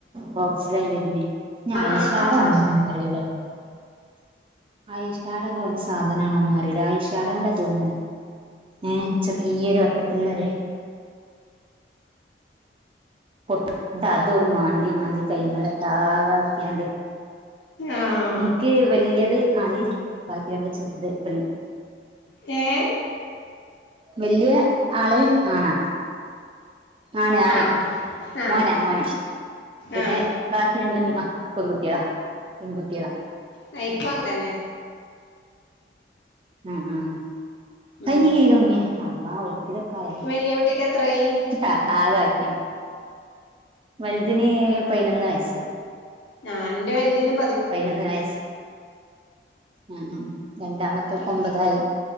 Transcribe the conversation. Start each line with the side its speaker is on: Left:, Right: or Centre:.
Right: ബോക്സിലായി വരുന്നേ
Left: ആഹ്
Right: നി ഐഷാഡോ
Left: ആഹ് ആഹ് ആഹ്
Right: ആണോന്ന് അറിയില്ല. ഐഷാട പോലെ സാധനമാണോന്നും അറിയില്ല, ഐഷാടോനന്നാ തോന്നെണ ഏ ചെറിയ ഒരു വട്ടത്തിലുള്ളതേ പൊട്അതോള് മാന്തി, മാന്തി കായിൻമേലോട്ടാക്കെ ആക്കിയാണ്ട്
Left: ആഹ്
Right: ക്ക് വല്യത് ആണെ ബാക്കി രണ്ട് ചെറുത് <unintelligible>
Left: ഹേ
Right: വല്യ യ ആള് ആണാ ആണ് ആണ്
Left: ആഹ് ആഹ്
Right: മോനാ മോന് പിന്നെ
Left: ആഹ്
Right: ബാക്കി രണ്ടും മ പെൺകുട്ടികളാ പെൺകുട്ടികളാ
Left: നയിക്കും അങ്ങനെ തന്നെ
Right: ആഹ് ആഹ്
Left: ഉം
Right: കൈ കഴിക് കുഞ്ഞേ അള്ളാ ഉടുപ്പിലൊക്കെ ആയോ
Left: വലിയ കുട്ടിക്ക് എത്രായി
Right: ആഹ് അതാക്കി വലുതിന് പയിനൊന്ന് വയസ്‌
Left: ആഹ് ഇന്റെ വലുതിനും
Right: പതിനൊന്നു വയസ്സ് ആഹ് ഉം രണ്ടാമത് ത്തെ
Left: ഉം
Right: ഒമ്പതായി